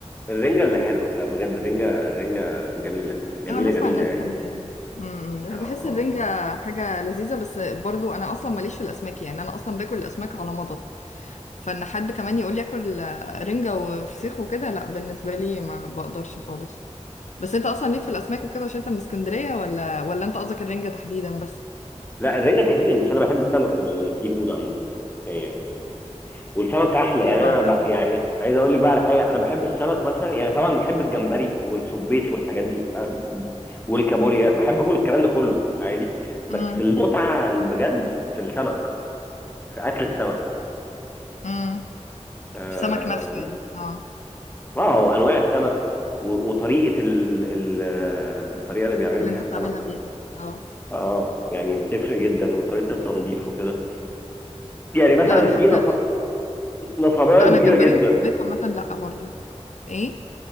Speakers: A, on the left; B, on the left.
A: الرنجة اللي حلوة لا بجد الرنجة الرنجة جميلة جميلة
B: اه انا اسمع
A: جميلة
B: الناس
A: يعني
B: بتحب الرنجة امم لا،
A: اه
B: بحس
A: اه
B: الرنجة حاجة لذيذة بس برضو انا اصلا ماليش في الاسماك يعني انا اصلا باكل الاسماك على مضض فان حد كمان يقول لي اكل رنجة وفسيخ وكده لا بالنسبة لي ما بقدرش خالص بس انت اصلا ليك في الاسماك وكده عشان انت من اسكندرية ولا ولا انت قصدك الرنجة تحديدا بس
A: لا الرنجة تحديدا بس انا بحب السمك والسي فود عامة يعني والسمك احلى يعني
B: اه
A: انا بقى
B: لا
A: يعني عايز اقول لك بقى على حاجة انا بحب السمك مثلا يعني طبعا بحب الجمبري والسبيط والحاجات دي ب- والكابوريا بحب كل الكلام ده كله عادي بس
B: امم
A: المتعة بجد في السمك في اكل السمك
B: امم
A: اه
B: السمك نفسه
A: و-
B: يعني اه
A: آه، وانواع السمك و- وطريقة ال ال آه، الطريقة اللي بيعملوا
B: اللي
A: بيها
B: انت
A: السمك
B: بتعملها بيها اه
A: اه يعني بتفرق جدا وطريقه التنظيف وكده يعني مثلا
B: لا انا حتى
A: في نص... نصبايه
B: لا
A: كبيره
B: انا الجمبري
A: جدا
B: والصبيط عامة لا برضو ايه